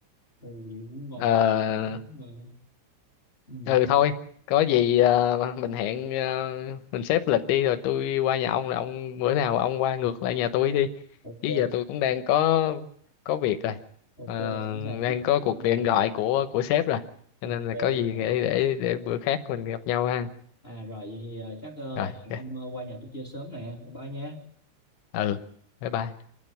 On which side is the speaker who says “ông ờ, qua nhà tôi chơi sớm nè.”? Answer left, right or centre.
Left